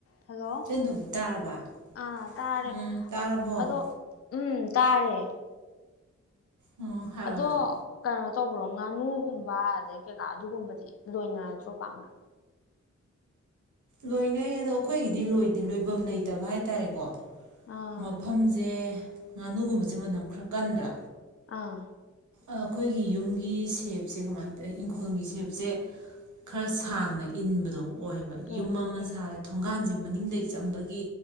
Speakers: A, on the left; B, on the right.
A: hello
B: ꯏꯆꯟꯇꯣꯝꯕꯤ ꯇꯥꯔꯕ
A: ꯑꯥ ꯇꯥꯔꯦ
B: ꯎꯝ ꯇꯥꯔꯕꯣ
A: ꯑꯗꯣ ꯎꯝ ꯇꯥꯔꯦ
B: ꯎꯝ ꯍꯥꯏꯔꯣ
A: ꯑꯗꯣ
B: ꯍꯥꯏꯔꯣ
A: ꯀꯩꯅꯣ ꯇꯧꯕ꯭ꯔꯣ ꯉꯥꯅꯨꯒꯨꯝꯕ ꯑꯗꯩ ꯀꯩꯀꯥ ꯑꯗꯨꯒꯨꯝꯕꯗꯤ ꯂꯣꯏꯅꯔꯗ꯭ꯔꯣ ꯄꯥꯛꯅ
B: ꯂꯣꯏꯅꯩ ꯑꯗꯣ ꯑꯩꯈꯣꯏꯒꯤꯗꯤ ꯂꯣꯏꯗꯦ ꯂꯣꯏꯐꯝ ꯂꯩꯇꯕ ꯍꯥꯏꯇꯥꯔꯦꯀꯣ
A: ꯑꯥ
B: ꯃꯐꯝꯁꯦ ꯉꯥꯅꯨꯒꯨꯝꯕꯁꯦ ꯃꯅꯝ ꯈꯔ ꯀꯟꯗ꯭ꯔꯥ
A: ꯑꯥ
B: ꯑꯩꯈꯣꯏꯒꯤ ꯌꯨꯝ ꯒꯤ ꯁꯦꯞꯁꯦ ꯀꯃꯥꯏꯅ ꯇꯧ ꯏꯪꯈꯣꯜꯒꯤ ꯁꯦꯞꯁꯦ ꯈꯔ ꯁꯥꯡꯅ ꯏꯟꯕꯗꯣ ꯑꯣꯏꯌꯦꯕ ꯌꯨꯝ
A: ꯎꯝ
B: ꯑꯃ
A: ꯎꯝ
B: ꯁꯥꯔꯦ ꯊꯣꯡꯒꯥꯟꯁꯦ ꯃꯅꯤꯡꯗ ꯆꯪꯕꯒꯤ